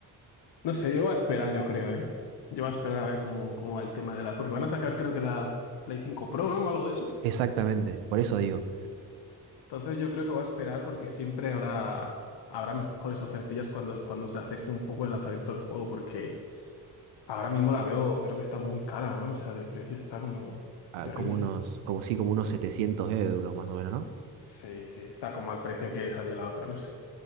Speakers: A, on the left; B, on the right.
A: No sé, yo voy a esperar, yo creo, ¿eh? Yo voy a esperar a ver cómo, cómo va el tema de la... Porque van a sacar, creo que la Play 5 Pro, ¿no? O algo de eso.
B: Exactamente, por eso digo,
A: Entonces yo creo que voy a esperar porque siempre habrá, habrá mejores ofertillas cuando, cuando se acerque un poco el lanzamiento del juego, porque ahora mismo la veo, creo que está muy cara, ¿no? O sea, de precio está como
B: ah,
A: terrible.
B: como unos, como sí, como unos 700 euros más o menos, ¿no?
A: Sí, sí, está como al precio que salió la otra, no sé.